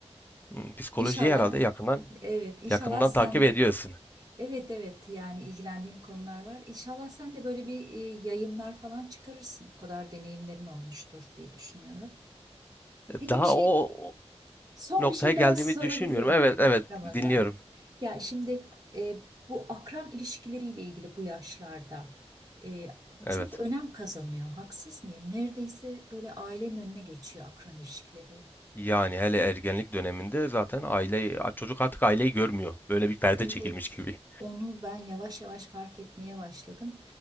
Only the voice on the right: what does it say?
İnşallah,
evet, inşallah
sen,
evet evet yani ilgilendiğim konular var. İnşallah sen de böyle bir e, yayınlar falan çıkarırsın. O kadar deneyimlerin olmuştur diye düşünüyorum.
Peki
bir şey
Son
bir şey
daha sorabilir
miyim
Ramazan?
Ya şimdi e, bu akran ilişkileriyle ilgili bu yaşlarda e,
çok önem kazanıyor. Haksız mıyım? Neredeyse böyle ailenin önüne geçiyor akran ilişkileri.
Evet.
Onu ben yavaş yavaş fark etmeye başladım.